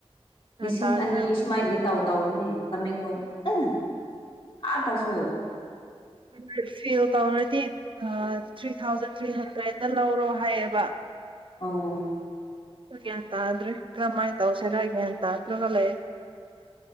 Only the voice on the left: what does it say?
ꯂꯤꯁꯤꯡ
ꯑꯅꯤ ꯁꯨꯃꯥꯏꯅ ꯇꯧ ꯇꯧꯕꯅꯦ ꯇꯃꯦꯡꯂꯣꯡ ꯑ ꯑꯥ ꯇꯥꯁꯨ
ꯑꯣ